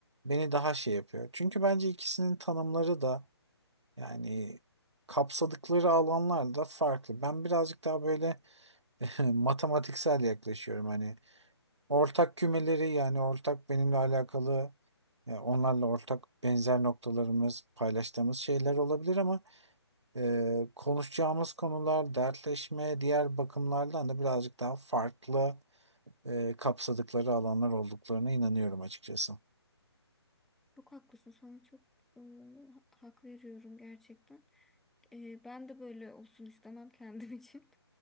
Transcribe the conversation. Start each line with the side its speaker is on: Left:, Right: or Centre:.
Right: beni daha şey yapıyor. Çünkü bence ikisinin tanımları da Yani kapsadıkları alanlar da farklı. Ben birazcık daha böyle <laughs> matematiksel yaklaşıyorum. Hani ortak kümeleri yani ortak benimle alakalı e, onlarla ortak benzer noktalarımız, paylaştığımız şeyler olabilir ama e, konuşacağımız konular, dertleşme, diğer bakımlardan da birazcık daha farklı e, kapsadıkları alanlar olduklarına inanıyorum açıkçası.
Centre: <laughs> Çok haklısın. Sana çok e, ha- hak veriyorum gerçekten. E, ben de böyle olsun istemem <laughs> kendim için.